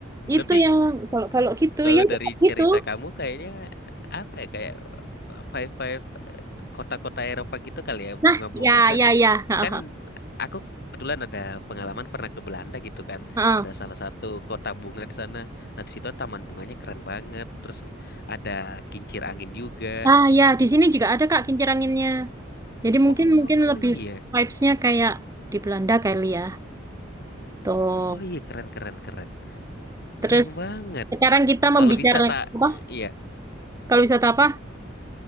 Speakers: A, on the right; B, on the left.
A: Itu
B: Tapi
A: yang kalau-kalau gitu
B: Kalau
A: ya juga
B: dari
A: gitu.
B: cerita kamu kayaknya apa ya kayak five five kota-kota Eropa gitu kali ya
A: Nah,
B: bunga-bunga
A: ya
B: kan
A: ya ya. Ha,
B: kan
A: ha,
B: aku kebetulan ada pengalaman pernah ke Belanda gitu kan
A: ha.
B: ada salah satu kota bunga di sana nah di situ taman bunganya keren banget terus ada kincir angin juga
A: Ah ya, di sini juga ada Kak kincir anginnya. Jadi
B: oh
A: mungkin mungkin lebih
B: iya
A: vibes-nya kayak di Belanda kali ya. Tuh.
B: oh iya keren keren keren
A: Terus
B: keren banget
A: sekarang kita membicarakan
B: kalau wisata
A: apa?
B: iya
A: Kalau wisata apa?